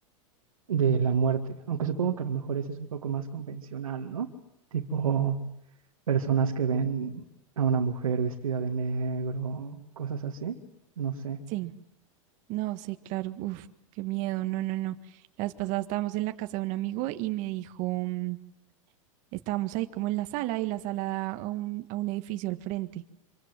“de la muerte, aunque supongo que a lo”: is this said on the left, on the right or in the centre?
Right